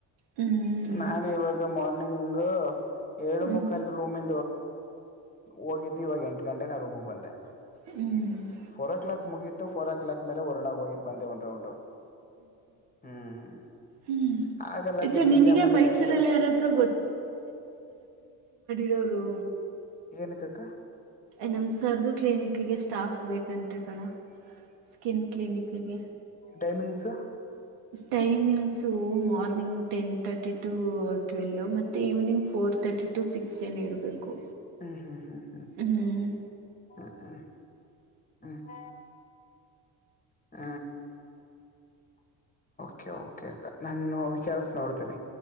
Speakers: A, on the right (about 80°); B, on the left (about 20°).
A: ಹ್ಮ್
B: ನಾನು ಇವಾಗ ಮಾರ್ನಿಂಗ್ ಹಾ ಏಳು
A: ಹ್ಮ್
B: ಮುಕ್ಕಾಲ್ ರೂಮ ಹೋಗಿದ್ದು ಇವಾಗ ಎಂಟು ಗಂಟೆನ ರೂಮಗೆ ಬಂದೆ
A: ಹ್ಮ್
B: ಫೋರ್ ಕ್ಲಾಕ್ ಮುಗೀತು ಫೋರ್ ಕ್ಲಾಕ್ ಮೇಲೆ ವರ್ಣ ಹೋಗಿದ್ ಬಂದೆ ಒನ್ ರೌಂಡ್ ಹ್ಮ್
A: ಹ್ಮ್
B: ಹಾಗಲ್ಲ
A: ಇದು
B: ಈ
A: ನಿನಗೆ
B: ಟೈಮ್ಲಕಷ್ಟ
A: ಮೈಸೂರಲ್ಲಿ ಯಾರಾದ್ರೂ ಡರೋ
B: ಏನಕ್ಕೆ ಅಕ್ಕ
A: ನಮ್ಮ ಸರದು ಕ್ಲಿನಿಕಿಗೆ ಸ್ಟಾಫ್ ಬೇಕಂತೆ ಕಣ ಸ್ಕಿನ್ ಕ್ಲಿನಿಕಿಗೆ
B: ಟೈಮಿಂಗ್ಸ್
A: ಟೈಮಲ್ಸ್ so morning ten thirty to twelve ಮತ್ತು evening four thirty to six ಏನ ಇರಬೇಕು
B: ಹಾ ಹಾ ಹಾ
A: ಹ್ಮ್
B: ಹ್ಮ್ ಹ್ಮ್ ಹ್ಮ್ ಹ ಕೆ ಕೆ ಅ ನಾನು ವಿಚಾರಸ ನೋಡ್ತೇನಿ